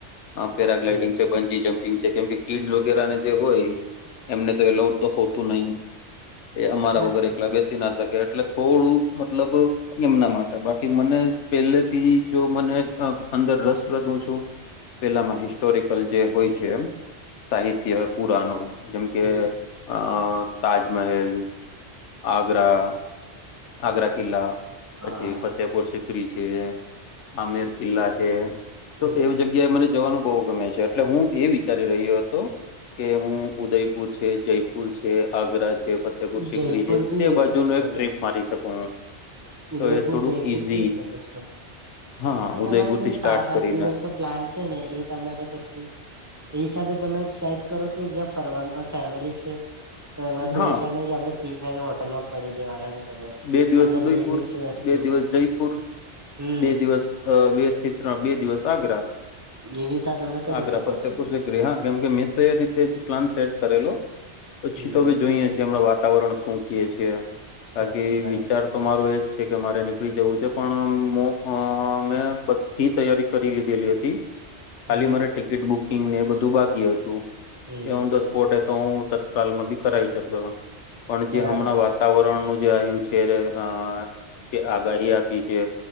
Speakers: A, on the left (about 85°); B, on the right (about 20°).
A: હા પેરાગલાઈડીંગ
B: સાચી વાત
A: <unintelligible> છે. બંજી જંપ કેમ કે કીડસ વગેને જે હોય એમને તો એલાઉડ તો હોતું નહી એ અમારા
B: સાચી
A: વગર એકલા
B: વાત
A: બેસી ના શકે એટલે થોડું મતલબ એમના માટે. બાકી મને પેલ્લેથી જો મને અંદર રસપ્રદ હું છું <inaudible> પેલામાં હિસ્ટોરિકલ જે હોય
B: હમ
A: છે. સાહિત્ય, પુરાનો જેમ કે
B: હમ
A: અ તાજમહેલ આગ્રા આગ્રા કિલ્લા
B: હા
A: પછી ફતેહપુર સિકરી છે. આમેર કિલ્લા છે. તો
B: હમ
A: એવી જગ્યાએ મને જવાનું બહુ ગમે છે. એટલે હું એ વિચારી રહ્યો હતો કે હું ઉદયપુર છે, જયપુર છે, આગ્રા છે, ફતેહપુર સિકરી
B: જયપુર
A: છે.
B: ભી
A: તે
B: જઈ
A: બાજુનો
B: શકો છો
A: એક
B: તમે
A: ટ્રીપ મારી શકું હું
B: ઉદયપુર,
A: તો એ થોડુંક
B: જયપુર
A: ઈઝી
B: સય શકો છો.
A: હા
B: પણ
A: ઉદયપુર
B: તમારે તય
A: થી સ્ટાર્ટ
B: સાત
A: કરીને
B: આઠ દિવસમાં પ્લાન છે ને એ તમારે પછી એ હિસાબે તમે સાઈડ કરો કે, જ્યાં ફરવાનું અ ફેમિલી છે. તો એમાં તો
A: હા
B: ઓછા નય કે પી ખાયને હોટલમાં પડી દેવાના છે. તમે
A: બે દિવસ
B: આપડે
A: ઉદયપુર,
B: જે બી છે વસ્તુ
A: બે દિવસ જયપુર,
B: હમ
A: બે દિવસ અ વ્ ચિત્રા, બે દિવસ આગ્રા
B: એવીતા તમે કરી
A: આગ્રા
B: શકો છો.
A: <unintelligible> હા કેમ કે, મેં તો એ રીતે જ પ્લાન સેટ કરેલો પછી
B: હમ
A: તો હવે જોઈએ છીએ. હમણાં વાતાવરણ શું ક્યે છે? બાકી
B: સાચી વાત
A: વિચાર તો મારો એજ છે કે, મારે નીકળી જવું છે પણ મો મેં બધી તૈયારી કરી લીધેલી હતી. <inaudible>
B: છે
A: ખાલી
B: હમ
A: મારે ટિકિટ બુકિંગને એ બધું બાકી હતું,
B: હમ
A: એ ઓન ધ સ્પોટ એતો હું તત્ કાલમાં બી કરાવી શકતો હતો, પણ
B: બરાબર
A: જે હમણાં વાતાવરણનું
B: છે
A: આયું છેર્ આ જે આગાહી આપી છે.